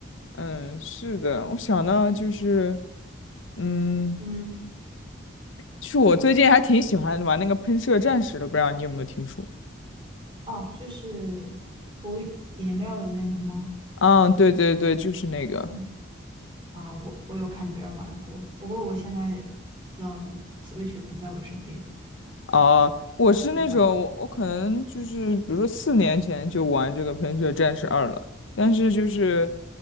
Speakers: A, on the left (about 75°); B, on the right (about 25°).
A: 嗯，是的，我想到就是，嗯，
B: 嗯，
A: 就是我最近还挺喜欢玩那个喷射战士的，不知道你有没有听说？
B: 哦，就是涂颜料的那个吗？
A: 啊，对对对，就是那个。
B: 嗯，啊，我我有看别人玩过，不过我现在，嗯，Switch 不在我身边，
A: 哦，我是那种我我可能就是比如说四年前就玩这个《喷射战士二》了，
B: 没玩。
A: 但是就是